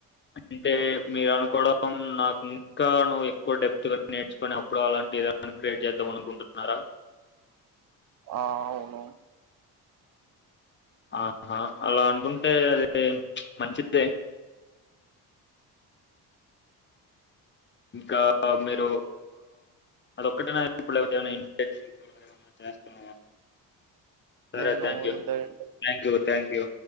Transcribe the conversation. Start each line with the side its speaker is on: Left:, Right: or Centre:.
Left: అంటే మీరు అనుకోవడం నాకు ఇంకా నువ్వు ఎక్కువ డెప్త్గా నేర్చుకుని అప్పుడు అలాంటి క్రియేట్ చేద్దా మనకుంటున్నారా
Right: ఆ అవును
Left: ఆ హా అలా అనుకుంటే అది మంచిదే ఇంకా మీరు అదొక్కటే ఇప్పుడు <unintelligible> రాస్తున్నావా సరే
Right: నేను
Left: థ్యాంక్ యూ
Right: ఇంత
Left: థ్యాంక్ యూ థ్యాంక్ యూ